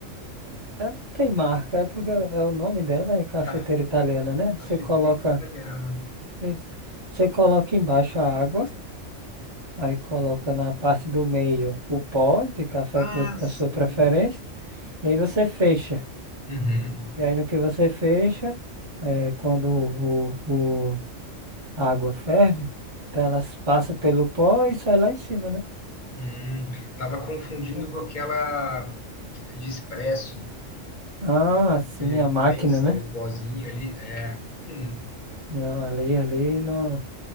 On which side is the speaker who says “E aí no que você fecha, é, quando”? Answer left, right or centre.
Right